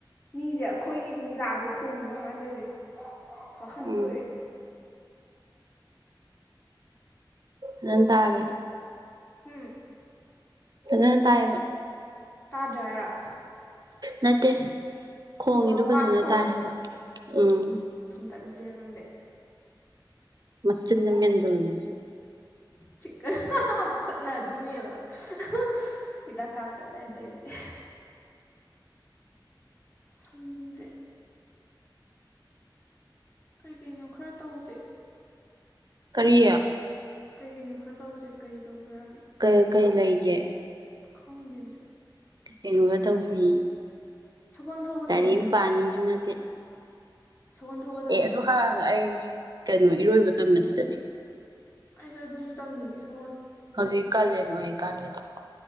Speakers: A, on the left; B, on the right.
A: ꯃꯤꯖꯦ ꯑꯈꯣꯏꯒꯤ ꯃꯤ ꯂꯥꯛꯑꯁꯨ ꯈꯣꯡꯕꯤ ꯃꯥ ꯇꯧꯏꯁꯦ ꯋꯥꯈꯟ
B: ꯎꯝ
A: ꯆꯣꯏꯔꯦ
B: ꯅꯪ ꯇꯥꯔꯦ
A: ꯍꯝ
B: ꯐꯖꯟ ꯇꯥꯑꯦꯕ
A: ꯇꯥꯗ꯭ꯔꯥ ꯍꯥꯏꯔꯣ
B: ꯅꯠꯇꯦ ꯈꯣꯡꯉꯤꯗꯣ
A: ꯑꯣ
B: ꯐꯖꯅ
A: ꯃꯥꯅ
B: ꯇꯥꯏ ꯍꯥꯏꯕ ꯎꯝ
A: ꯇꯠꯂꯖꯤꯔ ꯈꯪꯗꯦ
B: ꯃꯆꯤꯟꯗꯣ ꯃꯦꯟꯖꯜꯂꯨ <unintelligible>
A: ꯆꯤꯛ ꯑꯍꯥ ꯍꯥ ꯈꯨꯠꯅ ꯑꯗꯨꯝ ꯃꯦꯜꯂꯣ ꯑꯍꯥ ꯍꯤꯗꯥꯛ ꯀꯥꯞ ꯆꯠꯂꯦ ꯑꯗꯩꯗꯤ <unintelligible> ꯁꯝꯖꯦ ꯀꯩꯀꯩꯅꯣ ꯈꯔ ꯇꯧꯁꯦ
B: ꯀꯔꯤ
A: ꯀꯩ ꯀꯩꯅꯣ ꯈꯔ ꯇꯧꯖꯦ ꯀꯩ ꯇꯧꯕꯌ
B: ꯀꯩ ꯀꯩ ꯂꯩꯒꯦ
A: ꯈꯪꯗꯦ ꯑꯩꯖꯨ
B: ꯀꯩꯅꯣꯒ ꯇꯧꯁꯤ
A: ꯁꯒꯣꯜ ꯊꯧꯕ
B: ꯇꯥꯥꯥꯏꯔꯛ
A: ꯇꯝꯅꯤꯡꯗ꯭ꯔꯥ
B: ꯄꯥꯅꯤꯁꯨ ꯅꯠꯇꯦ
A: ꯁꯒꯣꯜ ꯊꯧꯕ ꯇꯝꯅꯤꯡꯗ꯭ꯔꯥ
B: ꯑꯦ ꯑꯗꯨ ꯍꯥꯏꯔꯒ ꯑꯩ ꯀꯩꯅꯣ ꯏꯔꯣꯏꯕ ꯇꯝꯕꯗꯤ ꯆꯠꯅꯤꯡꯉꯤ
A: ꯑꯩꯁꯨ ꯑꯗꯨꯁꯨ ꯇꯝꯅꯤꯡꯉꯦ ꯑꯩꯁꯨ
B: ꯍꯧꯖꯤꯛ ꯀꯥꯂꯦꯟ ꯑꯣꯏꯔꯤ ꯀꯥꯟꯁꯤꯗ